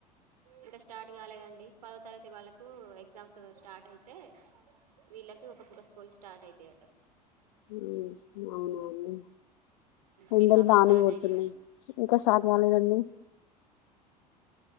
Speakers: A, on the right; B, on the left.
A: ఇంకా స్టార్ట్ కాలేదండి. పదో తరగతి వాళ్ళకు ఎగ్జామ్స్ స్టార్ట్ అయితే విళక్ ఐతే ఒకప్పుడు స్కూల్ స్టార్ట్ అయితాయట్
B: ఉ అవునాన్నీ ఎండలు
A: మీ పాపకి
B: బానే
A: స్టార్ట్
B: కొడుతున్నయ్
A: అయినాయా
B: ఇంకా స్టార్ట్ కాలేదా అండి